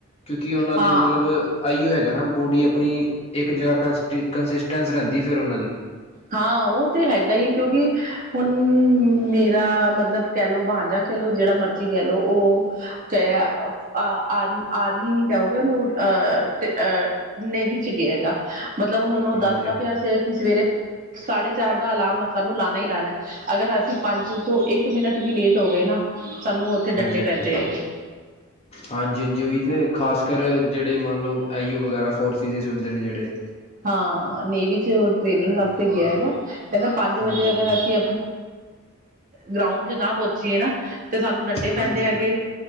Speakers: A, on the left; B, on the right.
A: ਕਿਉਂਕਿ ਉਹਨਾਂ ਦੀ
B: ਹਾਂ
A: ਮਤਲਬ ਆਈਓ ਹੈਗਾ ਨਾ ਬੋਡੀ ਆਪਣੀ ਇੱਕ ਜਗ੍ਹਾ ਕੰਸਿਸਟੈਂਸ ਰਹਿੰਦੀ ਫੇਿਰ ਉਹਨਾਂ ਦੀ।
B: ਹਾਂ ਉਹ ਤੇ ਹੈਗਾ ਹੀ ਕਿਉਂਕਿ ਹੁਣ ਮੇਰਾ ਮਤਲਬ ਕਹਿ ਲੋ ਬਹਾਂਝਾ ਕਹਿ ਲਓ ਜਿਹੜਾ ਮਰਜ਼ੀ ਕਹਿ ਲਓ ਉਹ ਕ ਆਰਮੀ ਆਰਮੀ ਨੀ ਕਹੋਗੇ ਉਹਨੂੰ ਅਹ ਅਹ <inaudible> <unintelligible> ਨੇਵ ਚ ਗਿਆ ਹੈਗਾ ਮਤਲਬ ਹੁਣ ਉਹ ਦੱਸਦਾ
A: ਹਾਂਜੀ ਹਾਂਜੀ ਹਾਂਜੀ
B: ਪਿਆ ਸੀਗਾ ਕਿ ਸਵੇਰੇ ਸਾਢੇ ਚਾਰ ਦਾ ਅਲਾਰਮ ਸਾਨੂੰ ਲਾਉਣਾ ਹੀ ਲਾਉਣਾ। ਅਗਰ ਅਸੀਂ ਪੰਜ ਤੋਂ ਇੱਕ ਮਿੰਟ ਵੀ ਲੇਟ ਹੋ ਗਏ ਨਾ ਸਾਨੂੰ ਉੱਥੇ ਡੰਡੇ
A: ਹਾਂਜੀ
B: ਪੈਂਦੇ ਹੈਗੇ।
A: ਹਾਂਜੀ ਹਾਂਜੀ ਉਓਹੀ ਤੇ ਖਾਸ ਕਰ ਜਿਹੜੇ ਮੰਨ ਲਓ ਆਈ ਯੂ ਵਗੈਰਾ ਫੋਰਸ ਚੀਜ਼ ਹੁੰਦੇ ਜਿਹੜੇ।
B: ਹਾਂ ਨੇਵੀ ਚ ਉਹ ਟ੍ਰੇਨਿੰਗ
A: ਹਾਂਜੀ
B: ਵਾਸਤੇ ਗਿਆ ਹੈਗਾ ਕਹਿੰਦਾ ਪੰਜ ਵਜੇ
A: ਹਾਂਜੀ ਹਾਂਜੀ
B: ਅਗਰ
A: ਹਾਂਜੀ
B: ਅਸੀ ਗਰਾਊਂਡ ਚ ਨਾ ਪਹੁੰਚੀਏ ਨਾ ਤੇ ਸਾਨੂੰ ਡੰਡੇ
A: ਹਾਂਜੀ
B: ਪੈਂਦੇ ਹੈਗੇ।